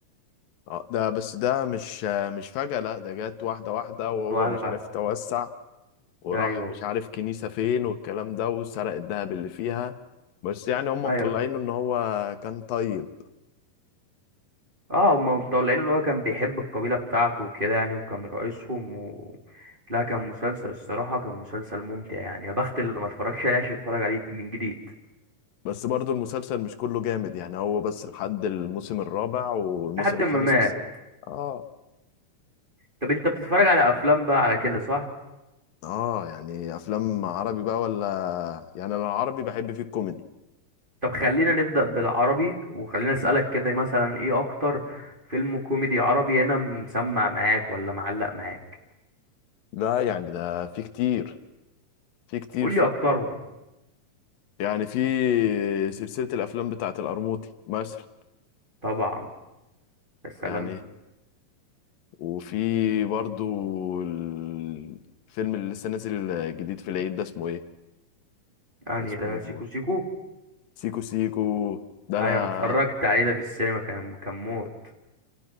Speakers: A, on the left; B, on the right.
A: اه ده بس ده مش آه، مش فجأة لا ده جت واحدة واحدة وهو
B: واحدة
A: مش
B: واحدة
A: عارف توسع وراح
B: ايوه
A: مش عارف كنيسة فين والكلام ده وسرق الذهب اللي فيها بس يعني هم مطلعينه
B: ايوه
A: ان هو كان طيب
B: اه هما مطلعين ان هو كان بيحب القبيلة بتاعته وكده يعني وكان رئيسهم و... لا كان مسلسل الصراحة كان مسلسل ممتع يعني يا بخت اللي ما اتفرجش عليه عشان يتفرج عليه من جديد
A: بس برضو المسلسل مش كله جامد يعني هو بس لحد الموسم الرابع والموسم
B: لحد
A: الخامس
B: ما مات
A: والسادس اه
B: طب انت بتتفرج على افلام بقى على كده صح
A: اه يعني افلام عربي بقى ولا يعني انا العربي بحب فيه الكوميدي
B: طب خلينا نبدأ بالعربي وخلينا اسألك كده مثلا ايه اكتر فيلم كوميدي عربي هنا مسمع معاك ولا معلق معاك
A: لا يعني ده في كتير في كتير
B: قول
A: في
B: لي اكترهم
A: يعني في سلسلة الأفلام بتاعة القرموطي مثلا
B: طبعا يا سلام
A: يعني وفي برضو الفيلم اللي لسه نازل جديد في العيد ده اسمه ايه؟
B: يعني
A: اسمه
B: ده سيكو سيكو
A: سيكو سيكو ده
B: ايوه
A: أنا
B: انا اتفرجت عليه ده في السينما كان كان موت